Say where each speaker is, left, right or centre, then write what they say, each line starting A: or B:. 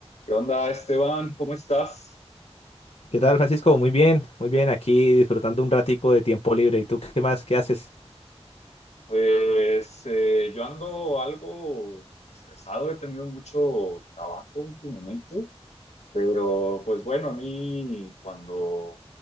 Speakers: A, on the left (about 80°); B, on the left (about 65°).
A: ¿Qué onda, Esteban? ¿Cómo estás?
B: ¿Qué tal, Francisco? Muy bien, muy bien, aquí disfrutando un ratico de tiempo libre. ¿Y tú qué más? ¿Qué haces?
A: Pues eh, yo ando algo estresado, he tenido mucho trabajo últimamente, pero pues bueno, a mí cuando